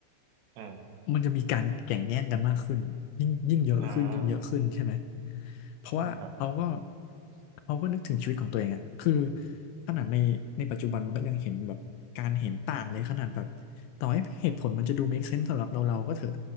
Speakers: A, on the right; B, on the left.
A: อ่า
B: มันจะมีการแข่งแย่งกันมากขึ้นยิ่งยิ่งเยอะขึ้นยิ่งเยอะขึ้นใช่ไหม
A: อ่า
B: เพราะว่าเขาก็
A: อืมครับ
B: เขาก็นึกถึงชีวิตของตัวเองอะคือขนาดในในปัจจุบันมันก็ยังเห็นแบบการเห็นต่างเลยขนาดแบบต่อให้เหตุผลมันจะดู make sense สำหรับเราเราก็เถอะ